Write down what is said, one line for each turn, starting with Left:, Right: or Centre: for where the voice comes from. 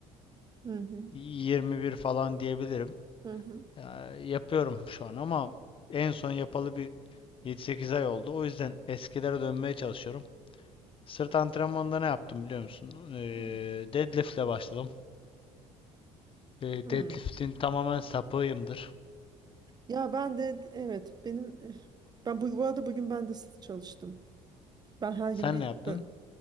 Right: Hı hı.
Left: 2021 falan diyebilirim.
Right: Hı hı.
Left: Ya, yapıyorum şu an ama en son yapalı bir 7-8 ay oldu. O yüzden eskilere dönmeye çalışıyorum. Sırt antrenmanında ne yaptım biliyor musun? Ee,
Right: Hı.
Left: deadlift'le başladım. Ee,
Right: Hı.
Left: deadlift'in tamamen sapığıyımdır.
Right: Ya ben de evet benim eh, ben bu, bu arada bugün ben de sırt çalıştım. Ben her gün
Left: Sen
Right: bir
Left: ne yaptın?
Right: bö-